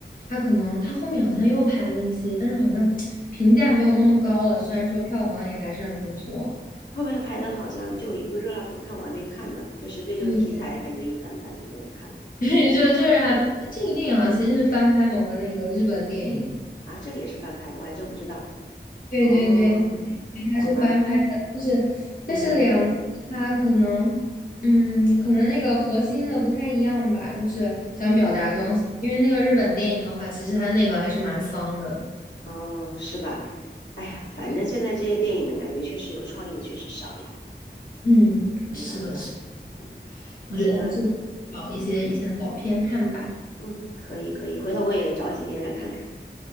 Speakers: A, on the left; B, on the left.
A: 他可能他后面好像又拍了一些，但是好像评价没有那么高了。虽然说票房也还是很不错，
B: 后面她拍的好像就一个《热辣滚烫》，我还没看呢，就是对这个题材感觉一般般，
A: 对，
B: 就没有看了
A: <laughs> 对就就是还这个电影好像其实是翻拍某个那个日本电影。
B: 啊，这个也是翻拍，我还真不知道
A: 对对对，
B: 哦，
A: 因为它是翻拍的，
B: 好吧。
A: 但是但是两它可能，
B: 嗯
A: 嗯，可能那个核心的不太一样吧，就是想表达的东西。
B: 嗯，
A: 因为那个日本电影的话，其实它内核还是蛮丧的。
B: 哦，是吧？哎呀，反正现在这些电影呢，
A: 对，
B: 感觉确实有创意的确实少呀，
A: 嗯，
B: 没办法了。
A: 是的，是的，
B: 嗯，
A: 我觉得还是找一些以前的老片看吧。
B: 行啊，嗯，可以可以，回头我也找几篇来看看。